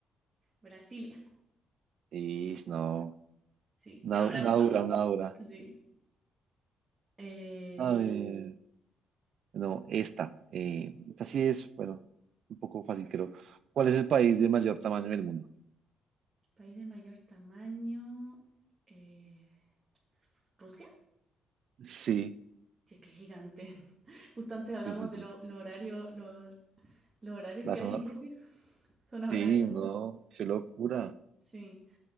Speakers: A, on the right (about 25°); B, on the right (about 65°).
A: Brasilia.
B: Y no.
A: Sí,
B: Una,
A: y ahora,
B: una dura,
A: ah,
B: una dura.
A: sí. Eh,
B: Ay, no, esta. eh, esta sí es, bueno, un poco fácil, creo. ¿Cuál es el país de mayor tamaño en el mundo?
A: país de mayor tamaño. eh, ¿Rusia?
B: Sí,
A: Sí, es que es gigante. <laughs> Justo antes hablamos
B: sí, sí,
A: de
B: sí.
A: lo- los horarios, los, los horarios
B: La
A: que
B: zona.
A: hay en Rusia. <laughs> Son horarios.
B: Sí, no, qué locura.
A: Sí.